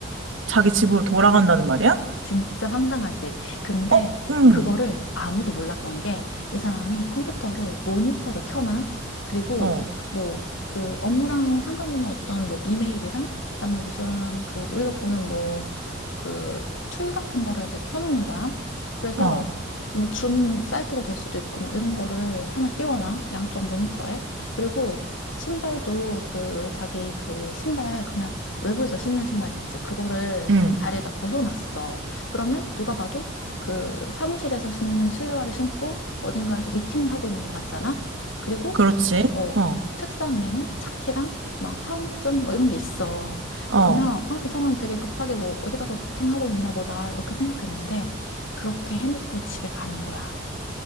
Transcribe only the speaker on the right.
자기 집으로 돌아간다는 말이야?
어, 응,
어,
어,
응,
그렇지,
어,
어.